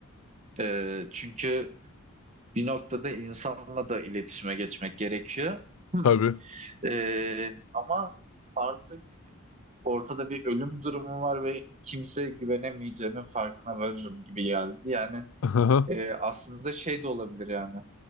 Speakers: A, on the right; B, on the left.
A: E, çünkü bir noktada insanla da iletişime geçmek gerekiyor. Hı.
B: Tabii.
A: E, ama artık ortada bir ölüm durumu var ve kimse güvenemeyeceğimin farkına varırım gibi geldi. Yani
B: Hı hı.
A: E, aslında şey de olabilir yani.